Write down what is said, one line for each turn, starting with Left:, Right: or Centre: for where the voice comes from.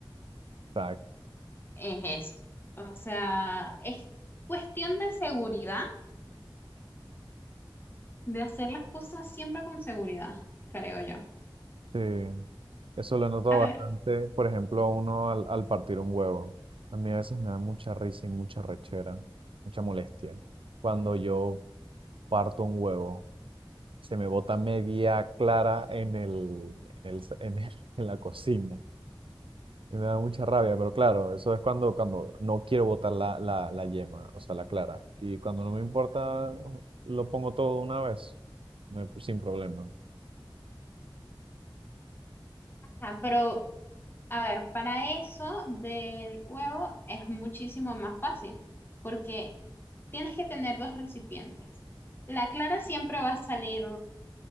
Right: Exacto.
Left: Es eso. O sea, es cuestión de seguridad, de hacer las cosas siempre con seguridad, creo yo.
Right: Sí, eso lo he notado
Left: A
Right: bastante,
Left: ver,
Right: por ejemplo, uno al, al partir un huevo. A mí a veces me da mucha risa y mucha rechera, mucha molestia. Cuando yo parto un huevo, se me bota media clara en el, en el, <laughs> en el- en la cocina. Y me da mucha rabia, pero claro, eso es cuando, cuando no quiero botar la, la, la yema, o sea, la clara. Y cuando no me importa, lo pongo todo de una vez, no hay- sin problema.
Left: ah, pero, a ver, para eso del huevo es muchísimo más fácil, porque tienes que tener dos recipientes. La clara siempre va a salir